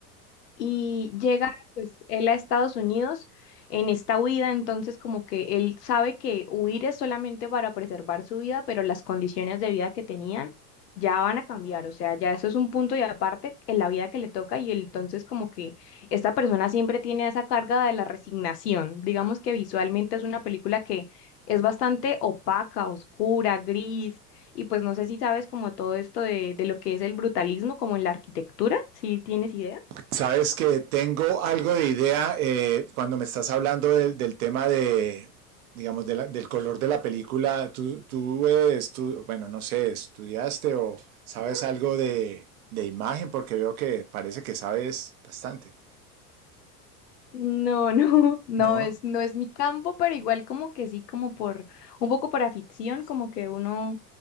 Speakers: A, on the left; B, on the right.
A: y llega pues él a Estados Unidos en esta huida, entonces como que él sabe que huir es solamente para preservar su vida, pero las condiciones de vida que tenían ya van a cambiar, o sea, ya eso es un punto y aparte en la vida que le toca y él, entonces como que esta persona siempre tiene esa carga de la resignación, digamos que visualmente es una película que es bastante opaca, oscura, gris. Y pues no sé si sabes como todo esto de, de lo que es el brutalismo, como en la arquitectura, si tienes idea.
B: Sabes que tengo algo de idea eh, cuando me estás hablando del, del tema de, digamos, de la- del color de la película. Tú, tú eh, estu- bueno, no sé, estudiaste o sabes algo de, de imagen, porque veo que parece que sabes bastante.
A: No, no, <laughs> no
B: ¿No?
A: es, no es mi campo, pero igual como que sí, como por, un poco por afición, como que uno